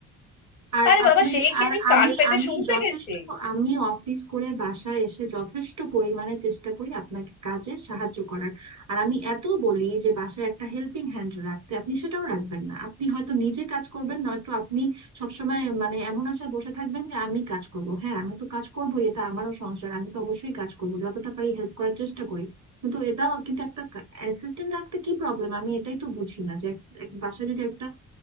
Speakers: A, on the right; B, on the left.
A: আর
B: আরে
A: আপনি
B: বাবা সে কি
A: আর
B: আমি কান
A: আমি
B: পেতে
A: আমি
B: শুনতে
A: যথেষ্ট
B: গেছি
A: আমি অফিস করে বাসায় এসে যথেষ্ট পরিমাণে চেষ্টা করি আপনাকে কাজে সাহায্য করার আর আমি এত বলি যে বাসায় একটা হেল্পিং হ্যান্ড রাখতে আপনি সেটাও রাখবেন না আপনি হয়তো নিজে কাজ করবেন নয়তো আপনি সবসময় মানে এমন আশায় বসে থাকবেন যে আমি কাজ করব হ্যাঁ আমি তো কাজ করবো এটা আমারও সংসার আমি তো অবশ্যই কাজ করব যতটা পারি হেল্প করার চেষ্টা করি কিন্তু এটা কিন্তু একটা অ্যাসিস্ট্যান্ট রাখতে কি প্রবলেম আমি এটাই তো বুঝি না যে এক- এক- বাসায় যদি একটা